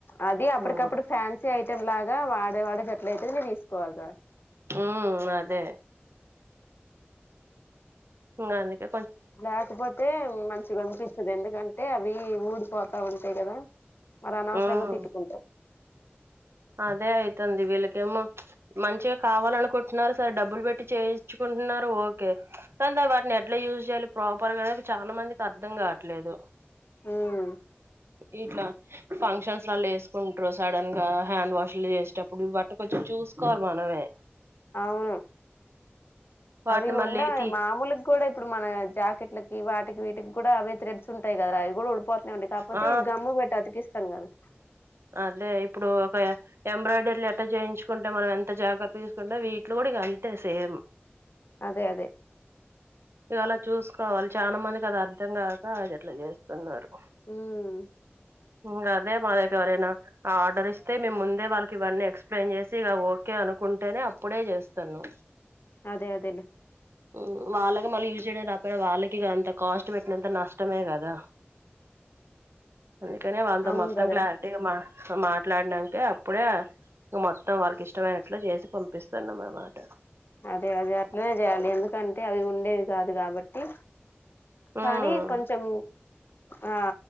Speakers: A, on the left; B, on the right.
A: అది అప్పటికప్పుడు
B: ఉమ్
A: ఫ్యాన్సీ ఐటెం లాగ్ గా వాడే వాడేటటైతే నే తీసుకోవాలిగా
B: హు అదే గందుకే
A: లేకపోతే మంచిగా అనిపిస్తది ఎందుకం టే అవి ఊడిపోతా ఉంటాయి కదా మరి అనవసరంగా
B: ఉమ్
A: తిట్టుకుంటా
B: అదే అయితుంది వీళ్ళకేమో మంచిగా కావాలనుకుం న్నారు సరే డబ్బులు పెట్టి చేయించుకుంటున్నార్ ఓకే కన్ ద వాటిని ఎట్లా యూజ్ చేయాలి ప్రాపర్ గా అనేది చాలా మందికి అర్థం కావట్లేదు
A: ఉమ్
B: ఇట్లా ఫంక్షన్స్ లల్లా వేసుకుంట్రూ సడన్ గా హ్యాండ్ వాష్ లు చేసేటప్పుడు వాటిని కొంచెం చూసుకోవాలి మనమే
A: అవును
B: వాటిని
A: అవి ఉండా
B: మళ్ళీ తీ
A: మామూలుగ కూడా ఇప్పుడు మన జాకెట్లకి వాటికి వీటికి కూడా అవే త రెడ్స్ ఉంటాయి కదా రా అవి కూడా ఉడిపోతతునే ఉంటై కాపోతే
B: ఆ
A: ఈ గమ్ము పెట్టి అతికిస్తాం కదా
B: అదే ఇప్పుడు ఒక ఎంబ్రాయిడరీలు ఎట్టా చేయించుకుంటే మనం ఎంత జాగ్రత్త తీసుకుంటే వీట్లో కూ ప్పుడి గ అంతే సేం
A: అదే అదే
B: ఇగ అలా చూసుకోవాలి చాన మందికి అది అర్ధం కాక అట్లా చేస్తున్నారు
A: హుమ్
B: ఇంగ అదే మా ద ఎవరైనా ఆర్డర్ ఇస్తే మేము ముందే వాళ్ళకి ఇవన్నీ ఎక్స్ప్లెయిన్ చేసి ఇగ ఓకే అనుకుంటేనే అప్పుడే చేస్తాను
A: అదే అదేలే
B: హుమ్ వాళ్ళకి మళ్ళీ యూజ్ చేయడం రాపోయిన వాళ్ళకి అంత కాస్ట్ పెట్టినంత నష్టమే కదా అందుకనే వాళ్ళతో
A: అవును
B: మొత్తం
A: కదరా
B: క్లారిటీగా మాట్ హా మాట్లాడినాంకే అప్పుడే మొత్తం వాళ్ళకి ఇష్టమైనట్లు చేసి పంపిస్తున్నాం అనమాట
A: అదే అది అట్లనే చేయాలి ఎందుకంటే అవి ఉండేవి కాదు కాబట్టి కానీ
B: ఉమ్
A: కొంచెం ఆ